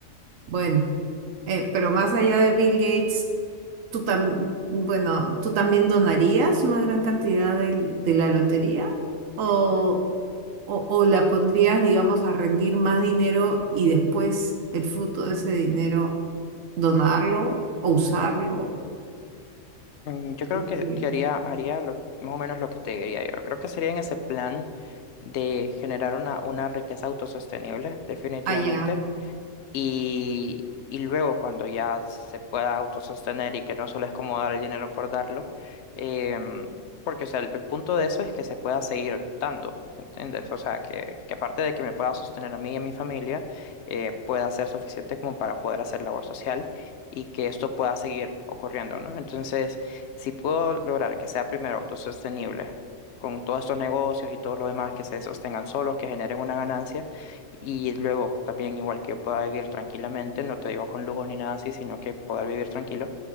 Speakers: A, on the right; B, on the left.
A: Bueno, eh, pero más allá de Bill Gates, tú tam- bueno, ¿tú también donarías una gran cantidad del- de la lotería? ¿O, o, o la pondrías, digamos, a rendir más dinero y después el fruto de ese dinero donarlo o usarlo?
B: Mm, Yo creo
A: Que-
B: que, que haría, haría lo- más o menos lo que te diría yo. Creo que sería en ese plan de generar una, una riqueza autosostenible, definitivamente.
A: Ah, ya.
B: Y, y luego cuando ya se pueda autosostener y que no solo es como dar el dinero por darlo, em, porque o sea, el, el punto de eso es que se pueda seguir dando, ¿entiendes? O sea, que, que aparte de que me pueda sostener a mí y a mi familia, eh, pueda ser suficiente como para poder hacer labor social y que esto pueda seguir ocurriendo, ¿no? Entonces, si puedo lograr que sea primero autosostenible. con todos estos negocios y todo lo demás que se sostengan solos, que generen una ganancia, y luego también igual que yo pueda vivir tranquilamente, no te digo con lujos ni nada así, sino que poder vivir tranquilo.